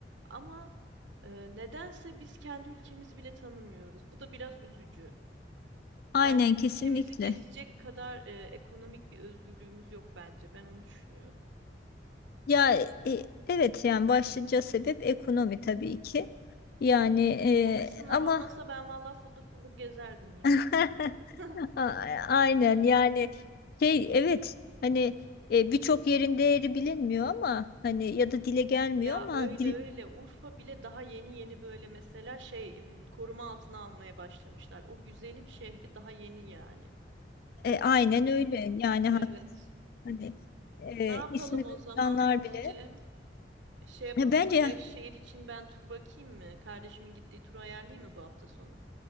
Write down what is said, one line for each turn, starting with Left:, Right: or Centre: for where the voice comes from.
Right: Ama e, nedense biz kendi ülkemizi bile tanımıyoruz. Bu da biraz üzücü.
Left: Aynen
Right: Kendi
Left: kesinlikle.
Right: ülkemizi gezecek kadar e, ekonomik bir özgürlüğümüz yok bence. Ben onu düşünüyorum.
Left: Ya e, evet yani başlıca sebep ekonomi tabii ki. Yani e,
Right: O kısımlar
Left: ama
Right: olmasa ben vallahi fıldır fıldır gezerdim yani.
Left: <laughs>
Right: <laughs>
Left: A- aynen yani şey evet hani e, birçok yerin değeri bilinmiyor ama hani ya da dile gelmiyor
Right: Ya
Left: ama
Right: öyle
Left: dil,
Right: öyle Urfa bile daha yeni yeni böyle mesela şey im, koruma altına almaya başlamışlar. O güzelim şehri daha yeni yani.
Left: e, aynen öyle yani
Right: Evet.
Left: Hani e,
Right: Ne yapalım
Left: ismi
Right: o zaman
Left: duyanlar
Right: Hatice?
Left: bile.
Right: Şey yapalım
Left: Ya bence
Right: mı? Nevşehir için ben tur bakayım mı? Kardeşimin gittiği turu ayarlayayım mı bu hafta sonu?